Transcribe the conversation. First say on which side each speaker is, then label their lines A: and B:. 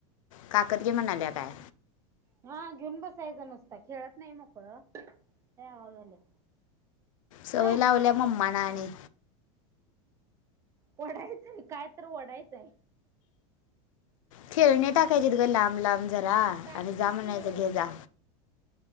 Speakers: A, on the left; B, on the right.
A: काकत घे म्हणाल्या काय?
B: हा. घेऊन बसायचा नुसता खेळत नाही मोकळं- - लई आगाव झाल्या.
A: सवय
B: कनी
A: लावल्या
B: --
A: मम्माना आणि
B: वढायचय काय तर वढायचंय.
A: खेळणे टाकायचे गं लांब, लांब जरा
B: टाकतय
A: आणि जा म्हणायच
B: की
A: घे जा